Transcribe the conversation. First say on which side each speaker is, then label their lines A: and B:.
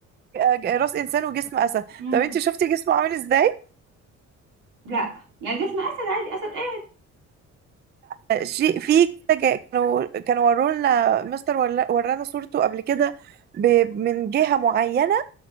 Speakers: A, on the right; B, on the right.
A: آه، راس انسان وجسم اسد
B: مم.
A: طب انت شفتي جسمه عامل ازاي
B: لا يعني جسم اسد عادي اسد ايه
A: آه، شيء في كده جا- كانوا كانوا ورونا مستر ولا- ورانا صورته قبل كده ب- من جهة معينة